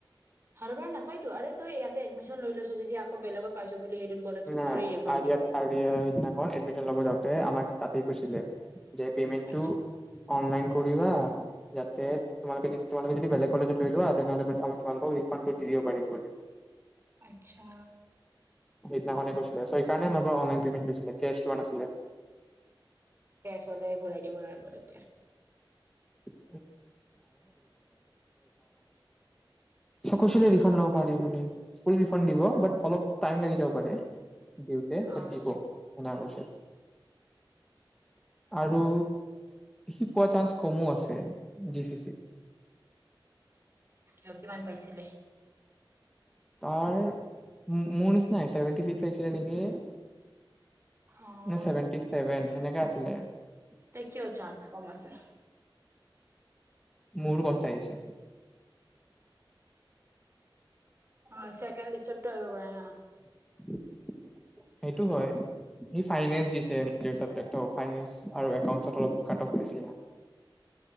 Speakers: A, on the right; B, in the centre.
A: হবাৰ নাপাই তো আৰে তই ইয়াতে এডমিশন লৈ লৈছো যদি আকৌ বেলেগত পাইছো বুলি হেৰি
B: নাই আৰিয়াত
A: <unintelligible>
B: আৰিয়া সিদিনাখন এডমিশন ল'ব যাওঁতে আমাক তাতেই কৈছিলে যে পেমেণ্টটো
A: আচ্ছা,
B: অনলাইন পঢ়িবা যাতে তোমালোকে যদি বেলেগ কলেজত লৈ লোৱাা তেনেহলে আমি তোমালোকক ৰিফাণ্ডটো দি দিব পাৰিম বুলি
A: আচ্ছা
B: সেইদিনাখনে কৈছিলে সেইকাৰণে মানুহ অনলাইন পেমেণ্ট লৈছিলে কেছ লোৱা নাছিলে।
A: সদায় ঘূৰাই দিব নোৱাৰিব তেতিয়া।
B: <unintelligible> <unintelligible> সেইকাৰণে লব পাৰিম বুলি দ দিউতে
A: অ',
B: <unintelligible> শুনা গৈছে আৰু সি পোৱা চান্স কমো আছে জি চি চি
A: আৰু কি ইমান পাইছিলে
B: তাৰ মোৰ নিচিনাই ছেভেনটি চিক্স আহিছিলে নেকি?
A: অ',
B: নে ছেভেনটি ছেভেন সেনেকা আছে <unintelligible>
A: এতিয়া কিয় চান্স কম আছে।
B: মোৰনো কনচা আহিছে
A: অ ছেকেণ্ড লিষ্টতটো আহিব পাৰে ন
B: <inaudible> সেইটো হয় সি ফাইনেঞ্চ দিছে ফাইনেঞ্চ আৰু একাউণ্টচত অলপ কাট অফ বেছি মানে